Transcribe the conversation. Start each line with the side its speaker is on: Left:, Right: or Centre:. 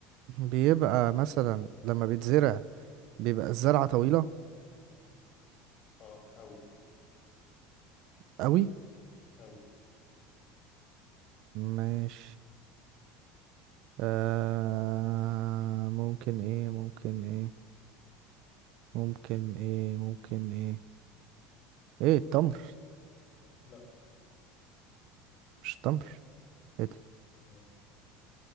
Right: بيبقى مثلا لما بيتزرع بيبقى الزرعة طويلة
Left: اه أوي
Right: قوي
Left: أوي
Right: ماشي آه ممكن ايه ممكن ايه ممكن ايه ممكن ايه ايه التمر
Left: لا
Right: مش التمر ايه ده
Left: no.